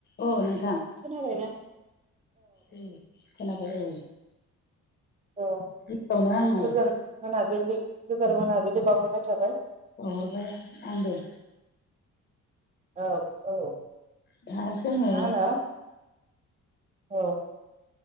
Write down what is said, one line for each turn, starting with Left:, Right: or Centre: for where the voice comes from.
Left: अ नंगौ
Right: खोनाबाय ना
Left: औ खोनाबाय औ
Right: औ
Left: गिबियावनो आङो
Right: गोजोन मोनाबिलि गोजोन मोनाबिलि बावहरनाय थाबाय
Left: बावहरबाय आंबो
Right: औ औ
Left: दा जोङो
Right: मा होनो औ